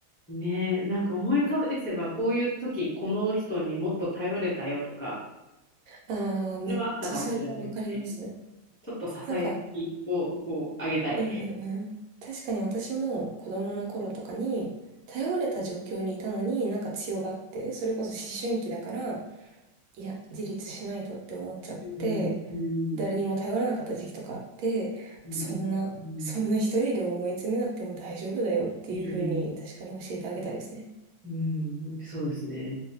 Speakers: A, on the left (about 20°); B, on the right (about 75°).
A: ねえ、なんか思い浮か返せば、こういう時、この人にもっと頼れたよとか、
B: ああ、めっちゃそれはわかります。
A: それはあったかもしれないですね。ちょっとささやきをこう、
B: なんか、
A: あげたい。
B: うんうんうん。確かに私も子供の頃とかに、頼れた状況にいたのになんか強がって、それこそ思春期だから、いや、自立しないとって思っちゃって、
A: うん、うん、
B: 誰にも頼らなかった時期とかあって、
A: うん、
B: そんな、
A: うん、
B: そんな一人で思い詰めなくても大丈夫だよっていう風に確かに教えてあげたいですね。
A: うん、うんそうですね。